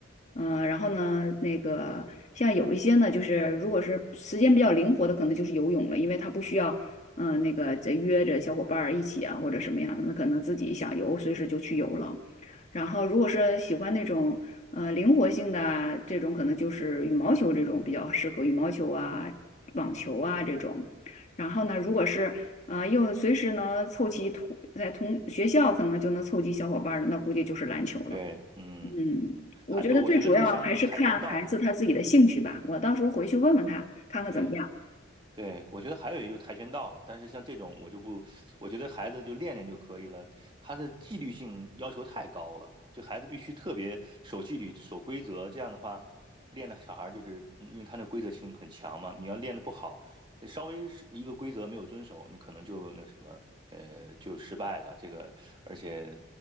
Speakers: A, on the left; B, on the right.
A: 嗯、然后呢，那个像有一些呢，就是如果是时间比较灵活的，可能就是游泳了，因为他不需要，嗯、那个再约着小伙伴儿一起啊，或者什么样的，那可能自己想游，随时就去游了。然后如果是喜欢那种。呃，灵活性的啊这种可能就是羽毛球这种比较适合，羽毛球啊、网球啊这种。然后呢，如果是呃又随时能凑齐同在同学校可能就能凑齐小伙伴儿的，那估计就是篮球了。
B: 对，嗯，
A: 嗯，我觉得最主要还是看孩子他自己的兴趣吧。
B: 还有我觉得就是像那种跆拳道吧。
A: 我到时候回去问问他，看看怎么样。
B: 对对，我觉得还有一个就是跆拳道了，但是像这种我就不，我觉得孩子就练练就可以了，他的纪律性要求太高了，就孩子必须特别守纪律、守规则，这样的话，练的小孩儿就是，嗯因为他那规则性很强嘛，你要练的不好，稍微是一个规则没有遵守，你可能就那什么，呃，就失败了。这个，而且，